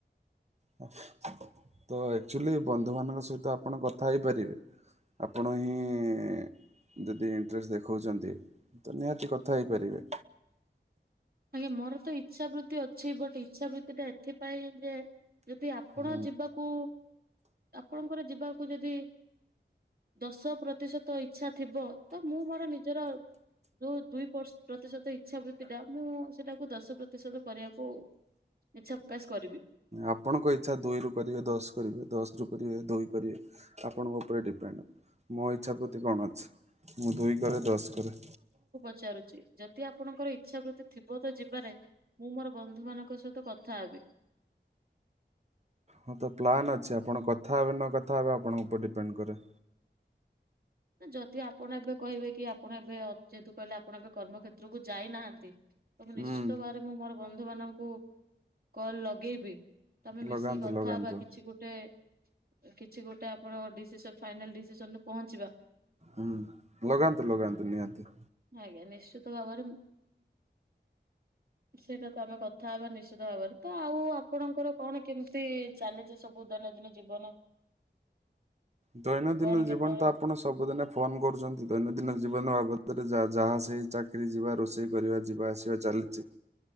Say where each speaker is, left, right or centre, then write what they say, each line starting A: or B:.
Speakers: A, on the right (about 35°); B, on the right (about 55°).
A: ତ ଆକ୍ଚୁଲି ବନ୍ଧୁ ମାନଙ୍କ ସହିତ ଆପଣ କଥା ହେଇପାରିବେ। ଆପଣ ହିଁ। ଯଦି ଇଣ୍ଟ୍ରେଷ୍ଟ୍ ଦେଖାଉଚନ୍ତି ତ ନିହାତି କଥା ହେଇପାରିବେ।
B: ଆଜ୍ଞା ମୋର ତ ଇଛା ବୃତ୍ତି ଅଛି ବଟ୍ ଇଚ୍ଛା ବୃତି ଟା ଏଥିପାଇଁ ଯେ ଯଦି ଆପଣ
A: ହୁଁ
B: ଯିବାକୁ ଆପଣଙ୍କର ଯିବାକୁ ଯୋଦି ଦଶ ପ୍ରତିଶତ ଇଚଛା ଥିବ ତ ମୁଁ ମୋର ନିଜର ଯୋଉ ଦୁଇ ପର୍ ପ୍ରତିଶତ ଇଚ୍ଛାବୃତ୍ତି ଟା ମୁଁ ସେଟାକୁ ଦଶ ପ୍ରତିଶତ କରିବାକୁ ଇଛା ପକାଶ୍ କରିବି।
A: ଆପଣଙ୍କ ଇଚ୍ଛା ଦୁଇ ରୁ କରିବେ ଦଶ କରିବେ ଦଶ ରୁ କରିବେ ଦୁଇ କରିବେ। ଆପଣଙ୍କ ଉପରେ ଡିପେଣ୍ଡ୍ ମୋ ଇଚ୍ଛା ପ୍ରତି କଣ ଅଛି। ମୁ ଦୁଇ କରେ ଦଶ୍ କର।
B: ପଚାରୁଚି ଯଦି ଆପଣଙ୍କ ଇଚ୍ଛା ବୃତ୍ତି ଥିବ ତ ଯିବାରେ ମୁଁ ମୋର ବନ୍ଧୁ ମାନଙ୍କ ସହିତ କଥା ହେବି।
A: ହଁ ତ ପ୍ଲାନ୍ ଅଛି ଆପଣ କଥା ହେବେ ନ କଥା ହେବେ ଆପଣଙ୍କ ଉପରେ ଡିପେଣ୍ଡ କରେ।
B: ନା ଯଦି ଆପଣ ଏବେ କହିବେ କି ଆପଣ ଏବେ ଯେହେତୁ କହିଲେ ଆପଣ ଏବେ କର୍ମକ୍ଷେତ୍ରକୁ ଯାଇନାହାନ୍ତି। ତ ମୁ ନିଶ୍ଚିତ
A: ହୁଁ
B: ଭାବରେ ମୁଁ ମୋର ବନ୍ଧୁ ମାନଙ୍କୁ କଲ୍ ଲଗେଇବି। ତମେ ମିଶିକି
A: ଲଗାନ୍ତୁ
B: କଥା
A: ଲଗାନ୍ତୁ
B: ବା କିଛି ଗୋ ରେ କିଛି ଗୋଟେ ଆପଣକ ଡିସିସ ଫାଇନାଲ୍ ଡିସିସନରେ ପହଞ୍ଚିବା।
A: ହୁଁ ଲଗାନ୍ତୁ ଲଗାନ୍ତୁ ନିହାତି।
B: ଆଜ୍ଞା ନିଶ୍ଚିତ ଭାବରେ ସେଇଟା ତ ଆମେ କଥା ହେବା ନିଶ୍ଚିତ ଭାବରେ ତ ଆଉ ଆପଣଙ୍କର କଣ କେମିତି ଚାଲିଚି ସବୁ? ଉଁଦୈନନ୍ଦିନ ଜୀବନ
A: ଦୈନନ୍ଦିନ
B: କଣ
A: ଜୀବନ୍
B: କେତେବେଳେ
A: ତ ଆପଣ ସବୁଦିନେ ଫୋନ କରୁଛନ୍ତି ଦୈନନ୍ଦିନ ଜୀବନ ବାବଦରେ ଯା ଯାହା ସେଇ ଚାକିରରି ଯିବା ରୋଷେଇ କରିବା ଯିବା ଆସି ଯାହା ଚାଲିଚି